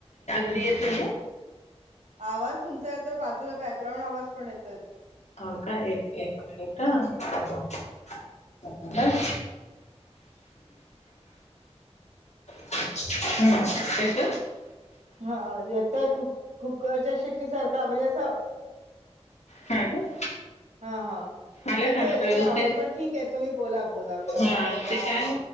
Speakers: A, on the left; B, on the right.
A: री येत नैयेय.
B: आवाज तुमचा येतो बाजूला बॅकग्राऊंड आवाज पण येत
A: हो का एक एक मिनिट
B: हम्म.
A: थांबा. एक मिनटं. हूं तेत
B: हा येतोय कुक कुकरच्या शिट्टी सारखा म्हणजे अस
A: हा का.
B: हा हा
A: आला
B: येतोय
A: का आता
B: येतोय
A: व्यवस्थित
B: आवाज पण ठीक आहे तुम्ही बोला. बोला कारण
A: हा
B: तो का
A: ते काय?
B: आवाज